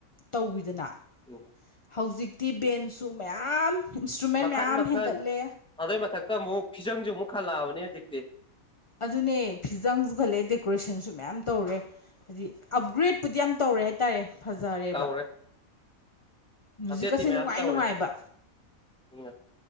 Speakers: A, on the left (about 30°); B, in the centre.
A: ꯇꯧꯋꯤꯗꯅ
B: ꯑꯣ
A: ꯍꯧꯖꯤꯛꯇꯤ ꯕꯦꯟꯁꯨ ꯃꯌꯥꯝ ꯏꯟꯁꯇ꯭ꯔꯨꯃꯦꯟ
B: ꯃꯈꯟ
A: ꯃꯌꯥꯝ
B: ꯃꯈꯟ
A: ꯍꯦꯟꯒꯠꯂꯦ
B: ꯑꯗꯨꯏ ꯃꯊꯛꯇ ꯑꯃꯨꯛ ꯐꯤꯖꯪꯁꯨ ꯑꯃꯨꯛ ꯍꯜꯂꯛꯑꯕꯅꯤ ꯍꯧꯖꯤꯛꯇꯤ
A: ꯑꯗꯨꯅꯦ ꯐꯤꯖꯪꯁꯨ ꯈꯠꯂꯑꯦ ꯗꯦꯀꯣꯔꯦꯁꯟꯁꯨ ꯃꯌꯥꯝ ꯇꯧꯔꯦ ꯍꯥꯏꯗꯤ ꯑꯞꯒ꯭ꯔꯦꯗꯄꯨꯗꯤ ꯌꯥꯝ ꯇꯧꯔꯦ ꯍꯥꯏꯇꯥꯔꯦ ꯐꯖꯔꯦꯕ
B: ꯇꯧꯔꯦ
A: ꯃꯖꯤꯛꯀꯁꯦ
B: ꯑꯞꯗꯦꯠꯇꯤ ꯃꯌꯥꯝ
A: ꯅꯨꯡꯉꯥꯏ
B: ꯇꯧꯔꯦ
A: ꯅꯨꯡꯉꯥꯏꯕ
B: ꯎꯝ